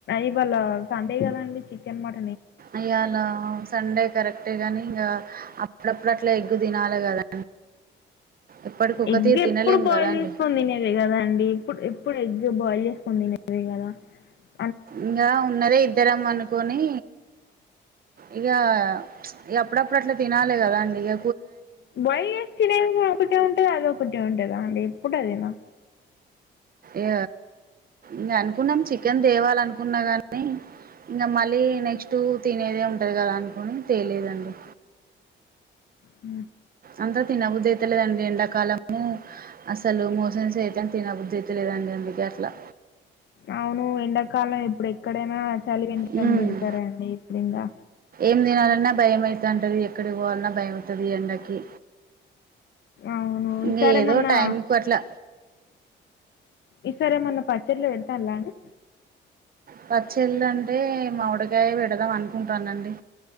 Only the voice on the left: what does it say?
ఇవాళ సండే కదండి చికెన్ మట
ఎగ్
ఎప్పుడు బాయిల్
చేసుకో తినదే కదా అండి ఇప్పుడు ఎప్పుడు ఎగ్ బాయిల్ చేసు <unintelligible>
వైిన ఒకటే ఉంటుది అద ఒకటే ఉంటదా అండి కుట్టదనా
ఉ
అవును ఎండాకాలం ఎప్పుడు ఎక్కడైనా చలి వినడం
పెడతారండి ఇప్పుడు ఇంకా
అవును
ఈసారి
ఏమన్నా
ఈ సరేమన్న పచ్చట్లో పెడతాలాని